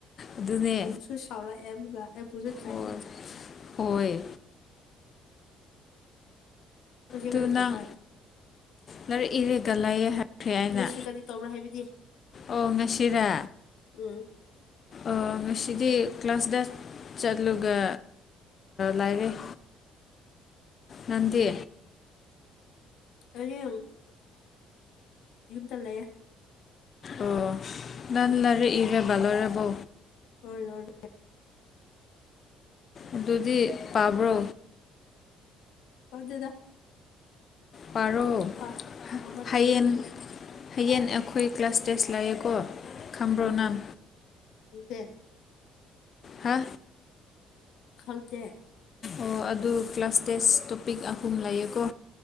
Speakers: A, on the left; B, on the left.
A: ꯑꯗꯨꯅꯦ
B: ꯑꯩꯕꯨꯁꯨ ꯁꯥꯎꯔꯛꯑꯕꯨꯒ ꯑꯩꯕꯨꯁꯨ ꯆꯩ
A: ꯍꯣꯏ ꯍꯣꯏ
B: ꯉꯁꯤ
A: ꯇꯨ
B: ꯀꯔꯤ
A: ꯅꯪ
B: ꯇꯧꯕ꯭ꯔꯥ
A: ꯂꯩꯔꯤꯛ ꯏꯔꯦꯒ ꯂꯩꯌꯦ ꯍꯥꯏ ꯈ꯭ꯔꯦ ꯍꯥꯏꯅ
B: ꯉꯁꯤ ꯀꯔꯤ ꯇꯧꯕ꯭ꯔꯥ ꯍꯥꯏꯕꯗꯤ
A: ꯑꯣ ꯉꯁꯤꯔ
B: ꯎꯝ
A: ꯑꯥ ꯉꯁꯤꯗꯤ ꯀ꯭ꯂꯥꯁꯗꯦꯁ ꯆꯠꯂꯨꯒ ꯂꯥꯏꯔꯤꯛ ꯅꯠꯇꯦ
B: ꯑꯔꯤꯝ <inaudible> ꯌꯨꯝꯗ ꯂꯩꯌꯦ
A: ꯑꯣ ꯅꯪ ꯂꯩꯔꯤꯛ ꯏꯔꯒ ꯂꯣꯢꯔꯕꯣ
B: ꯍꯣꯏ ꯂꯣꯢꯔꯦ
A: ꯑꯗꯨꯗꯤ ꯄꯥꯕ꯭ꯔꯣ
B: ꯄꯗꯦꯗꯥ
A: ꯄꯥꯔꯣ
B: ꯄꯥ ꯄꯥꯕ ꯇꯜꯂꯦ
A: ꯍꯌꯦꯡ
B: ꯑꯩꯗꯤ
A: ꯍꯌꯦꯡ ꯑꯩꯈꯣꯏ ꯀ꯭ꯂꯥꯁ ꯇꯦꯁ ꯂꯩꯌꯦꯀꯣ ꯈꯪꯕ꯭ꯔꯣ
B: ꯑꯣ
A: ꯅꯪ
B: ꯈꯪꯇꯦ
A: ꯍꯥ
B: ꯈꯪꯗꯦ
A: ꯑꯣ ꯑꯗꯨ ꯀ꯭ꯂꯥꯁ ꯇꯦꯁ ꯇꯣꯄꯤꯛ ꯑꯍꯨꯝ ꯂꯩꯌꯦꯀꯣ